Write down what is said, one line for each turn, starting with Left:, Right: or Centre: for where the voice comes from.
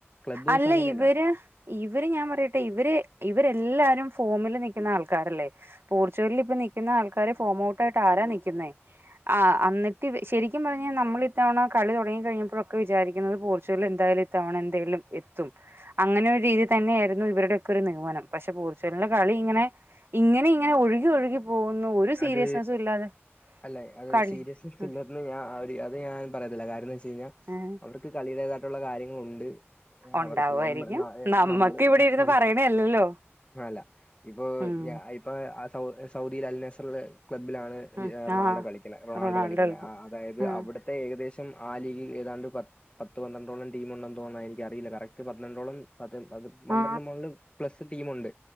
Left: ക്ലബ്ബ് വൈസ്
Right: അല്ല
Left: അങ്ങനെയല്ല
Right: ഇവര് ര് ഇവര് ഞാൻ പറയട്ടെ ഇവര് ഇവരെല്ലാരും ഫോമില് നിൽക്ക്ന്ന ആൾക്കാരല്ലേ പോർച്ചുഗൽല് ഇപ്പ നിക്ക്ന്ന ആൾക്കാര് ഫോംമൗട്ടായിട്ട് ആരാ നിക്ക്ന്നേ ആഹ് അന്നിട്ട് ഇവ ശെരിക്കും പറഞ്ഞാ നമ്മളിത്തവണ കളി തുടങ്ങി കഴിഞ്ഞപ്പാെഴൊക്കെ വിചാരി ക്ക്ന്നത് പോർച്ചഗല്ലെന്തായാലും ഇത്തവണ എന്തായാലും എത്തും അങ്ങനെ ഒരു രീതി തന്നെയായിരുന്നു ഇവരുടൊക്കെ ഒരു നിഗമനം പക്ഷെ പോർച്ചുഗൽന്റെ കളി ഇങ്ങെനെ ഇങ്ങെനെ ഇങ്ങെനെ ഒഴുകി ഒഴുകി പോകുന്നു ഒരു സീരിയസ്നെസ്സും
Left: അത്
Right: ഇല്ലാതെ
Left: അല്ല അത്
Right: കളി
Left: സീരിയസ്‌ സ് <unintelligible>
Right: ഉം
Left: ന്ന് ഞാ ര് അത് ഞാൻ പറയത്തില്ല കാര്യംന്ന് വെച്ച് കയ്ഞ്ഞാ
Right: ഉം
Left: അവർക്ക് കളിയുടേതായ്ട്ടുള്ള കാര്യങ്ങളുണ്ട്
Right: ഉണ്ടാവുമായിരിക്കും
Left: അവർക്ക് നമ്മൾ ഏഹ്
Right: നമ്മക്ക്
Left: നമ്മള്
Right: ഇവിടെ
Left: ഏഹ്
Right: ഇരുന്ന്
Left: നമ്മള്
Right: പറയണല്ലല്ലോ
Left: അലാ ഇപ്പൊ
Right: ഉം
Left: ഇപ്പൊ ആ സൗ സൗദീല് അൽനസർല് ക്ലബ്ബ്ലാണ്
Right: ഉം
Left: റണാൾഡ
Right: ആ
Left: കളിക്ക്ണ റൊണാൾഡ
Right: റൊണാൾഡോ
Left: കളിക്കുന്ന.
Right: കളിക്കും
Left: അ അതായത്
Right: ഉം
Left: അവിടുത്തെ ഏകദേശം ആലീഗിഏതാണ്ട് പത് പത്ത് പന്ത്രണ്ടോളം ടീം ഉണ്ടെന്ന് തോന്നുന്നു. എനിക്ക് അറീല. കറക്റ്റ് പന്ത്രണ്ടോളം അത്പത് പന്ത്രണ്ട്
Right: ആ
Left: മുകളിൽ പ്ലസ് ടീമ് ഉണ്ട്.